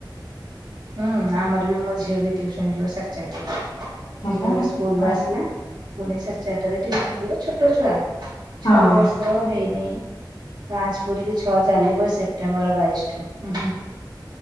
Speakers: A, on the right; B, on the left.
A: ହୁଁ ଆମର ବି ମୋ ଝିଅ ବି ଟ୍ୟୁସନ ଯିବ ସାଢ଼େ ଚାରିଟାରେ।
B: ହଁ ପା
A: ଏବେ ସ୍କୁଲ
B: ହଁ
A: ରୁ ଆସିଲା। ପୁଣି ସାଢେ ଚାରିଟାରେ ଟ୍ୟୁସନ ଯିବ ଛୋଟ ଛୁଆ
B: ହଁ।
A: ଛଅ ବର୍ଷ ହେଇନେ। ପାଞ୍ଚ ପୁରି କିି ଛଅ ଚାଲିବ ଏ ସେପ୍ଟେମ୍ବର ବାଇଶି ଠୁ। ଉହୁଁ